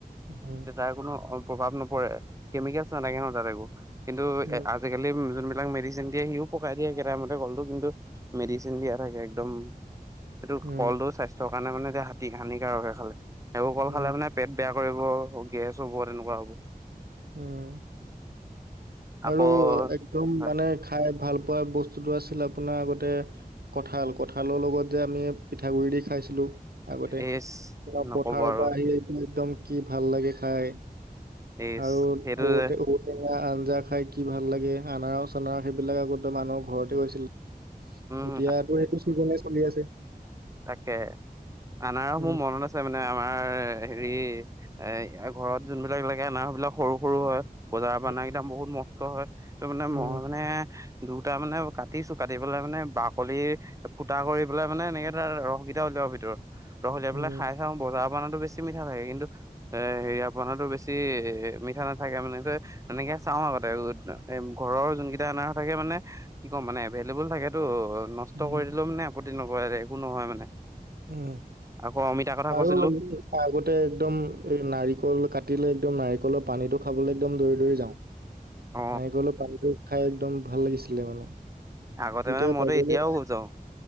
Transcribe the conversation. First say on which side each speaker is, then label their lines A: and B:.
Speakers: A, on the right; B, on the right.
A: উম,
B: তাৰ কোনো প্ৰভাৱ নপৰে কেমিকেলছ নালাগে ন' তা'ত একো কিন্তু
A: উম,
B: আজিকালি যোনবিলাক মেডিচিন দিয়ে সিও পকাই দিয়ে একেমতে কলটো, কিন্তু- মেডিচিন দিয়া থাকে একদম। সেইটো
A: উম,
B: কলটো স্বাস্থ্যৰ কাৰণে মানে এতিয়া হানিকাৰক'হে। খালে সেইবোৰ কল
A: উম,
B: খালে মানে- পেট বেয়া কৰিব, গেছ হ'ব, তেনেকুৱা হ'ব।
A: উম।
B: আকৌ
A: আৰু একদম
B: হয়
A: মানে খাই ভাল পোৱা বস্তুটো আছিল আপোনাৰ আগতে- কঁঠাল, কঁঠালৰ লগত যে আমি পিঠাগুড়ি দি খাইছিলোঁ। আগতে
B: এইজ নকব
A: পথাৰৰ
B: আৰু
A: পৰা আহি আহ একদম কি ভাল লাগে খাই।
B: এইজ
A: আৰু
B: সেইটো
A: ঔ
B: যে
A: আঞ্জা খাই কি ভাল লাগে, আনাৰচ-চানাৰচ সেইবিলাক আগতে মানুহৰ ঘৰতে আছিলে।
B: উম
A: এতিয়াতো সেইটো চিজনে চলি আছে।
B: তাকে'হে, আনাৰচ
A: উম
B: মোৰ মনত আছে। আছে মানে আমাৰ হেৰি এ' ঘৰত যোনবিলাক লাগে আনাৰচ বিলাক সৰু-সৰু হয়। বজাৰৰ
A: উম
B: অনা কেইটা বহুত নষ্ট হয়। ত' মানে মই
A: উম
B: মানে দুটা মানে কাটিছো, কাটি- পেলাই মানে বাকলি ফুটা কৰি পেলাই মানে এনেকে ধৰা ৰস কেইটা উলিয়াব ভিতৰত। ৰস ওলিয়াই
A: উম
B: পেলাই খাই চাওঁ বজাৰৰ পৰা অনাটো বেছি মিঠা লাগে, কিন্তু- এ' হেৰিয়া পৰাটো বেছি এ' মিঠা নাথাকে মানে। ত'- এনেকে চাওঁ আগতে। এ' ঘৰৰ যোন কেইটা আনাৰচ থাকে মানে কি কম মানে এ'- থাকেতো, নষ্ট
A: উম
B: কৰি
A: উম
B: দিলেও মানে আপত্তি নকৰে দে একো নহয় মানে।
A: উম
B: আকৌ অমিতাৰ কথা
A: আৰু
B: কৈছিলো।
A: আগতে একদম এ' নাৰিকল কাটিলে একদম নাৰিকলৰ পানীটো খাবলৈ একদম দৌৰি-দৌৰি যাওঁ।
B: অ
A: নাৰীকলৰ পানীটো খাই একদম ভাল লাগিছিলে মানে।
B: আগতে
A: এতিয়া
B: মানে মইতো
A: পাবলৈ
B: এতিয়াও
A: নাই
B: যাওঁ।